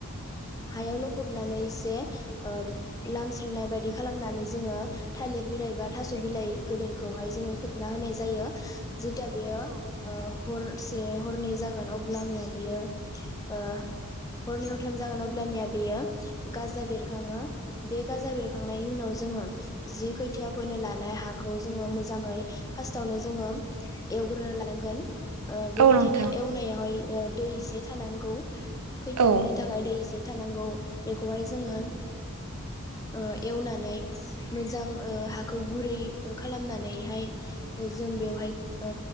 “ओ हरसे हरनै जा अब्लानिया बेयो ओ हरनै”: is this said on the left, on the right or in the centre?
Left